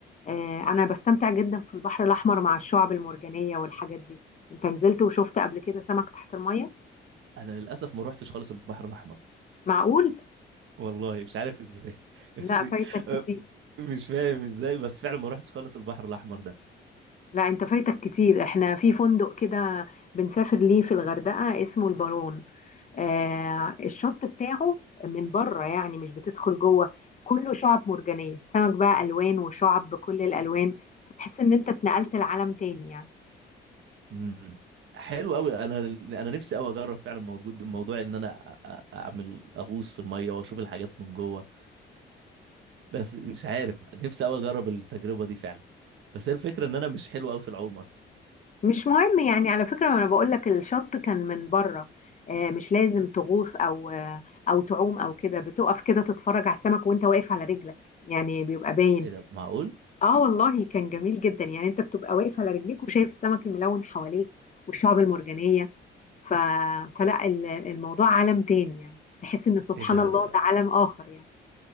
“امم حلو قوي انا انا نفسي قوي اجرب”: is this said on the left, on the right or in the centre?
Right